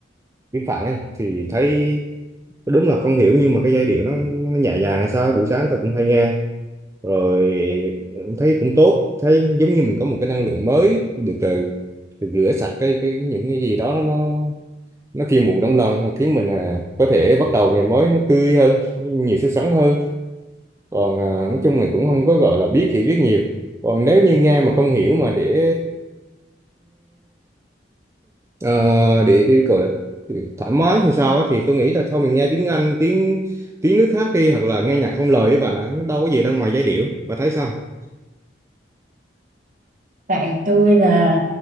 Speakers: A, on the right; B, on the right.
A: Biết Phạm ấy thì thấy đúng là không hiểu nhưng mà cái giai điệu nó, nó nhẹ nhàng hay sao ấy, buổi sáng tôi cũng hay nghe rồi thấy cũng tốt thấy giống như mình có một cái năng lượng mới được ờ, được rửa sạch cái cái những cái gì đó nó nó nó phiêu muộn trong lòng nó khiến mình à, có thể bắt đầu ngày mới nó tươi hơn nhiều sức sống hơn còn à, nói chung là cũng không có gọi là biết hiểu biết nhiều còn nếu như nghe mà không hiểu mà để Ờ, để đi gọi là thoải mái hay sao á thì tôi nghĩ là thôi mình nghe tiếng Anh tiếng tiếng nước khác đi hoặc là nghe nhạc không lời ấy bạn ạ nó đâu có gì đâu ngoài giai điệu bà thấy sao
B: Tại tôi là